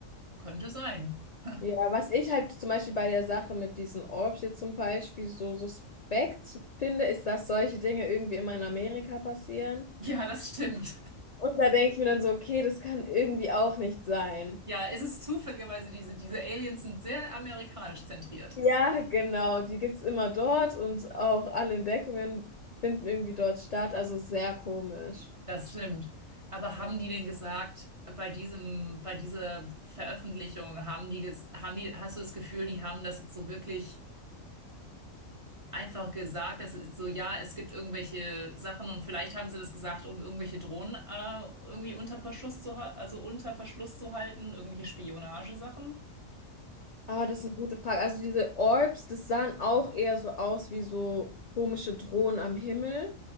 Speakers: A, on the right; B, on the left.
A: könnte sein. <laughs>
B: ja. Was ich halt zum Beispiel bei der Sache mit diesen Orbs jetzt zum Beispiel so suspekt finde, ist, dass solche Dinge irgendwie immer in Amerika passieren.
A: Ja, das stimmt.
B: Und da denke ich mir dann so, okay, das kann irgendwie auch nicht sein.
A: Ja, es ist zufälligerweise, diese, diese Aliens sind sehr amerikanisch zentriert.
B: Ja, genau, die gibt es immer dort und auch alle Entdeckungen finden irgendwie dort statt, also sehr komisch.
A: Das stimmt. Aber haben die denn gesagt, bei diesem, bei dieser Veröffentlichung, haben die, ges- haben die, hast du das Gefühl, die haben das jetzt so wirklich einfach gesagt, das ist so, ja, es gibt irgendwelche Sachen und vielleicht haben sie das gesagt, um irgendwelche Drohnen äh, irgendwie unter Beschuss zu, ha- also unter Verschluss zu halten, irgendwelche Spionagesachen.
B: Ah, das ist eine gute Frage. Also diese Orbs, das sahen auch eher so aus wie so komische Drohnen am Himmel.